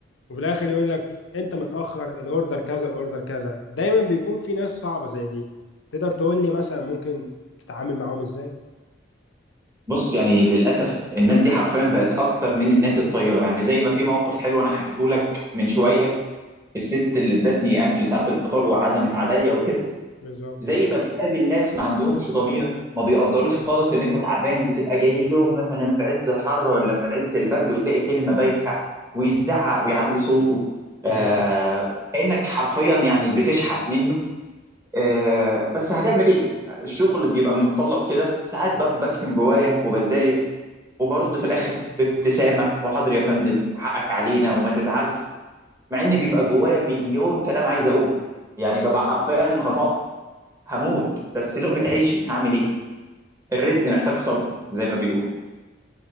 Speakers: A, on the left; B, on the right.
A: وفي الاخر يقول لك انت متاخر الاوردر كذا الاوردر كذا دايما بيكون في ناس صعبه زي دي تقدر تقول لي مثلا ممكن تتعامل معاهم ازاي
B: بص يعني للاسف الناس دي حرفيا بقت اكتر من الناس الطيبه يعني زي ما في موقف حلو انا حكيته لك من شويه الست اللي ادتني اكل ساعه الفطار وعزمت عليا وكده
A: بالظبط
B: زي ما بتقابل ناس ما عندهمش ضمير ما بيقدروش خالص ان انت تعبان بتبقى جاي لهم مثلا في عز الحر ولا في عز البرد وتلاقي كلمة بايخة ويزعق ويعلي صوته آه
A: مهم.
B: كأنك حرفيا يعني بتشحت منه آه بس هتعمل ايه الشغل بيبقى متطلب كده ساعات ب- بكتم جوايا وبتضايق وبرد في الاخر بابتسامة وحاضر يا فندم وحقك علينا وما تزعلش مع ان بيبقى جوايا مليون كلام عايز اقول يعني ببقى حرفيا هطقطق هموت بس لقمة عيشي هعمل ايه الرزق محتاج صبر زي ما بيقول